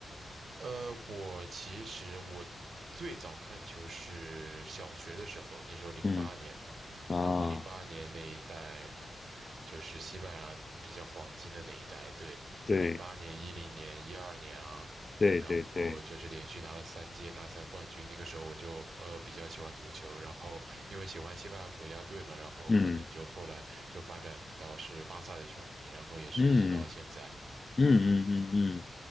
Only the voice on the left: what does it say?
嗯啊，
对。
对对对，
嗯
嗯嗯嗯嗯嗯，